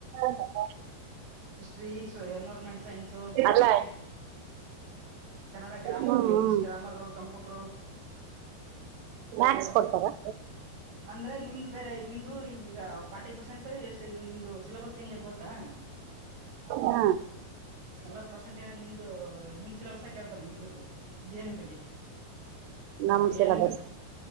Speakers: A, on the right; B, on the right.
A: <inaudible>
B: ಹಿಸ್ಟ್ರಿ ಎನ್ವೈರ್ಮೆಂಟ್ ಸೈನ್ಸು ಜಿ
A: ಅಲ್ಲ
B: ಕೆ. ಕನ್ನಡ ಗ್ರಾಮರು
A: ಹ್ಮ್ ಹ್ಮ್
B: ಇಂಗ್ಲೀಷ್ ಗ್ರಾಮರ್ ಕಂಪ್ಯೂಟರು.
A: ಮ್ಯಾಕ್ಸ್ ಕೊಡ್ತಾರ.
B: ಅಂದ್ರೆ ನಿಮ್ದು ಬೇರೆ ನಿಮ್ದು ಈಗ ಫಾರ್ಟಿ ಪರ್ಸೆಂಟ್ ಎಷ್ಟು ಇದು ನಿಮ್ದು ಸಿಲೆಬಸ್ ಹೆಂಗ್ ಗೊ ತ್ತಾ.
A: ಹಾ.
B: ನಲ್ವತ್ ಪರ್ಸೆಂಟ್ ಏನ ನಿಮ್ದು ನಿಮ್ ಸಿಲೆಬಸ್ ಕೇಳತಾನ ಇದ್ರ್ದು. ಜೆ ಏನ್ ಎಂ ಬಗ್ಗೆ ಅಲ್ಲಾ
A: ನಮ್
B: ಎ
A: ಸಿಲಬಸ್
B: ಏನ್ ಎಂ ಬಗ್ಗೆ